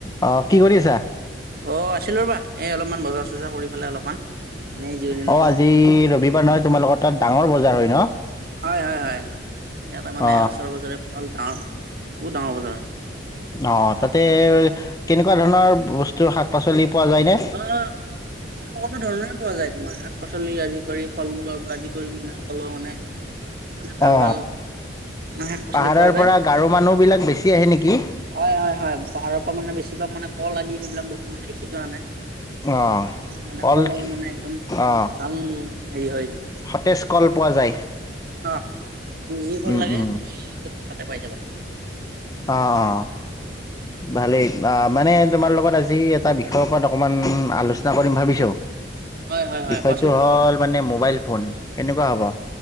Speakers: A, on the left (about 20°); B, on the right (about 55°).
A: অ কি কৰি আছা?
B: অ আছিলোঁ ৰ'বা, এই অলপমান বজাৰ চজাৰ কৰি পেলাই অলপমান, এনেই জিৰণি
A: অ
B: লৈছিলোঁ।
A: আজি ৰবিবাৰ নহয় তোমালোকৰ তাত ডাঙৰ বজাৰ হয় ন?
B: হয়, হয়, হয় ইয়াতে মানে
A: অ
B: ওচৰে-পজৰে ভল ডৱৰ বহুত ডাঙৰ বছাৰ হয়।
A: অ'। তাতে কেনেকুৱা ধৰণৰ বস্তু শাক পাচলি? পোৱা যায়নে?
B: অ', ককলো ধৰণৰে কোৱা যায়। মাৰ শাক পাচলি আদি কৰি ফল মূলৰ আদি কৰি মানে সকলো মানে মানে ভাল
A: অ
B: ভাল শাক পাচলি
A: পাহাৰৰ
B: পোৱা যায়
A: পৰা গাৰো মানুহ বিলাক বেছি আহে নেকি?
B: হয়, হয়, হয় পাহাৰৰ পৰা মানে বেছিভাগ মানে কল আদি এইবিলাক বস্তু মানে বেছিকে আনে।
A: অ
B: মানে
A: কল
B: কলৰ মানে একদম
A: অ
B: ভাল হেৰি হয়
A: সতেজ কল পোৱা যায়
B: অ যি কল
A: উম
B: লাগে
A: উম
B: তুমি তাতে পাই যাবা।
A: অ অ ভালেই অ মানে তোমাৰ লগত আজি যি এটা বি বিষয়ৰ ওপৰত অকণমান আলোচনা কৰিম ভাবিছোঁ।
B: অ হয় হয় হয়
A: বিষয়টো
B: কোৱাচোন
A: হ'ল মানে মোবাইল ফোন। কেনেকুৱা হ'ব?